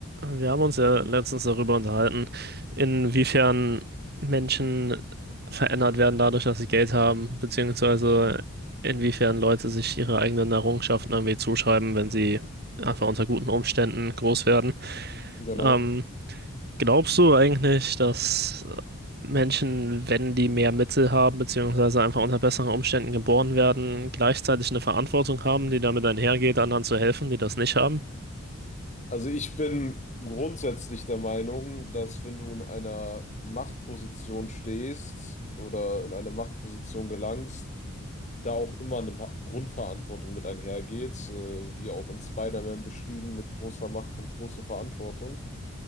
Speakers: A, on the right (about 45°); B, on the left (about 30°).
A: Wir haben uns ja letztens darüber unterhalten, inwiefern Menschen verändert werden dadurch, dass sie Geld haben, beziehungsweise inwiefern Leute sich ihre eigenen Errungenschaften irgendwie zuschreiben, wenn sie einfach unter guten Umständen groß werden.
B: Genau.
A: Ähm, glaubst du eigentlich, dass Menschen, wenn die mehr Mittel haben, beziehungsweise einfach unter besseren Umständen geboren werden, gleichzeitig eine Verantwortung haben, die damit einhergeht, anderen zu helfen, die das nicht haben?
B: Also ich bin grundsätzlich der Meinung, dass wenn du in einer Machtposition stehst oder in eine Machtposition gelangst, da auch immer eine Pa- Grundverantwortung mit einhergeht, äh, wie auch in Spider-Man beschrieben, mit großer Macht kommt große Verantwortung.